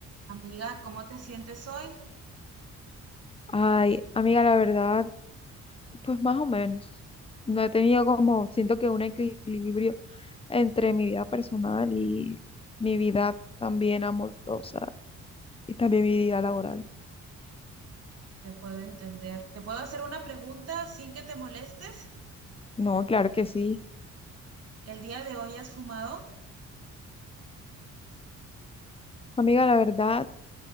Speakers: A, on the right; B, on the left.
A: Amiga, ¿cómo te sientes hoy?
B: Ay, amiga, la verdad, pues más o menos. No he tenido como, siento que un equilibrio entre mi vida personal y mi vida también amorosa y también mi vida laboral.
A: Te puedo entender. ¿Te puedo hacer una pregunta sin que te molestes?
B: No, claro que sí.
A: ¿El día de hoy has fumado?
B: Amiga, la verdad,